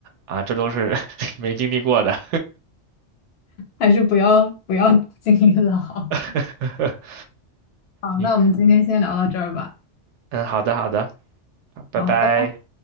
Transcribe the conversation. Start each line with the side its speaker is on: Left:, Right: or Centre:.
Right: 啊，这都是 <laughs> 没经历过的。
Left: 还是不要不要 <laughs> 经历了好。
Right: <laughs>
Left: 好，
Right: 行，
Left: 那我们今天先聊到这儿吧。
Right: 嗯，好的好的，好拜拜。
Left: 好，拜拜。